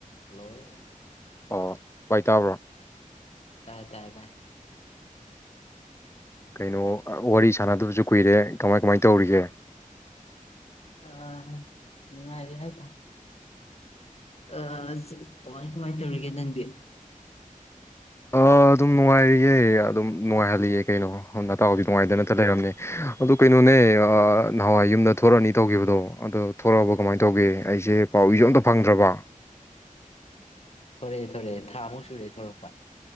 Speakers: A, on the left; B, on the left.
A: hello
B: ꯑꯣ ꯚꯥꯏ ꯇꯥꯕ꯭ꯔꯣ
A: ꯇꯥꯏ ꯇꯥꯏ ꯚꯥꯏ
B: ꯀꯩꯅꯣ ꯋꯥꯔꯤ ꯁꯥꯟꯅꯗꯕꯁꯨ ꯀꯨꯏꯔꯦ ꯀꯃꯥꯏ ꯀꯃꯥꯏ ꯇꯧꯔꯤꯒꯦ
A: ꯑ ꯅꯨꯡꯉꯥꯏꯔꯤꯍꯥꯏꯇꯥꯔ ꯑ ꯆꯒ ꯀꯃꯥꯏ ꯀꯃꯥꯏꯅ ꯇꯧꯔꯤꯒꯦ ꯅꯪꯗꯤ
B: ꯑꯣ ꯗꯨꯝ ꯅꯨꯡꯉꯥꯏꯔꯤꯌꯦ ꯑꯗꯨꯝ ꯅꯨꯡꯉꯥꯏꯍꯜꯂꯤꯒꯦ ꯀꯩꯅꯣ ꯍꯣ ꯑꯇꯥꯎꯗꯤ ꯅꯨꯡꯉꯥꯏꯗꯅꯇ ꯂꯩꯔꯝꯅꯦ ꯑꯗꯨ ꯀꯩꯅꯣꯅꯦ ꯑꯥ ꯊꯣꯔꯛꯑꯅꯤ ꯇꯧꯈꯤꯕꯗꯣ ꯑꯗꯣ ꯊꯣꯔꯛꯑꯕ ꯀꯃꯥꯏꯅ ꯇꯧꯒꯦ ꯑꯩꯁꯦ ꯄꯥꯎ ꯏꯁꯨ ꯑꯝꯇ ꯐꯪꯗ꯭ꯔꯕ
A: ꯊꯣꯔꯛꯑꯦ ꯊꯣꯔꯛꯑꯦ ꯊꯥꯃꯨꯛ ꯁꯨꯔꯦ ꯊꯣꯔꯛꯄ